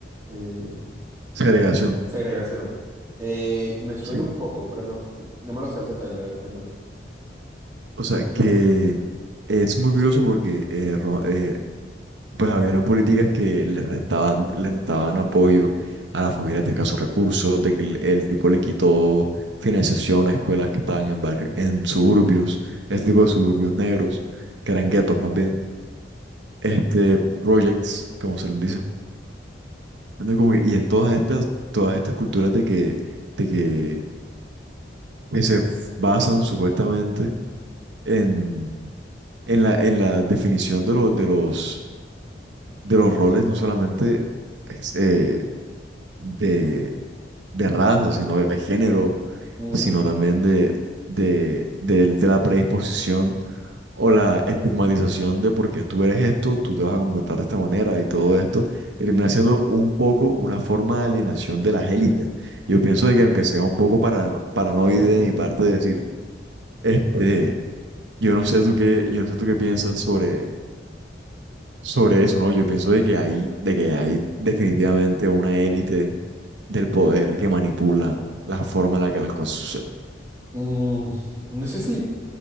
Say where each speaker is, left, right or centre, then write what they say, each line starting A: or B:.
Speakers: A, on the right; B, on the right.
A: Eh,
B: Segregación.
A: Segregación. Eh, me suena
B: Sí.
A: un poco, pero no, no me lo sé al detalle. A ver, cuéntame.
B: O sea, que es muy curioso porque eh, Ro- eh, Pues había políticas que le restaban, le restaban apoyo a las familias de escasos recursos, de que el, el tipo le quitó financiación a escuelas que estaban en barrio, en suburbios, este tipo de suburbios negros, que eran guetos más bien, este, projects, como se les dice. Entonces, como que- y es todas estas, todas estas culturas de que, de que, que se f- basan supuestamente en, en la, en la definición de los, de los, de los roles, no solamente es, eh, de de raza, sino de género,
A: Ujú,
B: sino también de, de, del- de la predisposición o la estigmatización de porque tú eres esto, tú te vas a comportar de esta manera y todo esto, termina siendo un poco una forma de alienación de las élites. Yo pienso de que aunque sea un poco para, paranoide
A: ujú.
B: de mi parte decir, este, yo no sé tú qué, yo no sé tú qué piensas sobre sobre eso, ¿no? Yo pienso de que hay, de que hay definitivamente una élite del poder que manipula la forma en la que las cosas suceden.
A: Mm, no sé si.